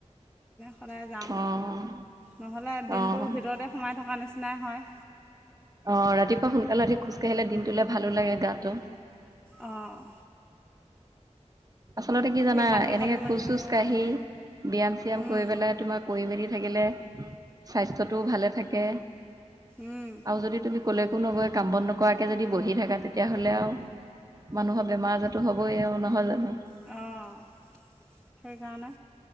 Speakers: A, in the centre; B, on the right.
A: সদায় যাওঁ
B: অ',
A: নহ'লে দিনটোৰ
B: অ',
A: ভিতৰতে সোমাই থকা নিচিনা নিচিনাই হয়
B: অ', ৰাতিপুৱা সোনকালে উঠি খোজকাাঢ়িলে দিনটোলে ভালো লাগে গাটো
A: অ',
B: আচলতে কি জানা
A: পাতল
B: এনেকে
A: পাতল লাগি
B: খোজ-
A: থাকে
B: চোজ কাঢ়ি
A: অঁ
B: ব্যায়াম -চিয়াম
A: উম
B: কৰি পেলাই তোমাৰ কৰি মেলি থাকিলে স্বাস্থ্যটোও ভালে থাকে
A: উম
B: আৰু যদি তুমি কলৈকো নগৈ কাম বন নকৰাকে যদি বহি থাকা তেতিয়াহ'লে আও মানুহৰ বেমাৰ আজাৰটো হ'বয়ে এহ নহয় জানো
A: অ', সেইকাৰণে